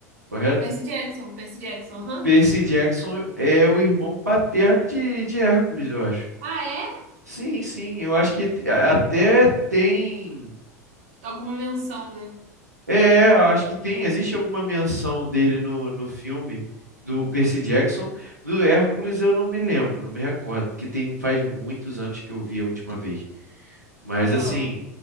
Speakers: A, on the right (about 80°); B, on the right (about 55°).
A: correto?
B: Percy Jackson, Percy Jackson, aham.
A: Percy Jackson é o irmão paterno de, de Hércules, eu acho.
B: Ah, é?
A: Sim, sim, eu acho que t- a- até tem.
B: Alguma menção, né?
A: É, acho que tem. Existe alguma menção dele no, no filme do Percy Jackson. Do Hércules eu não me lembro, não me recordo, porque tem, faz muitos anos que eu vi a última vez. Mas
B: Aham.
A: assim,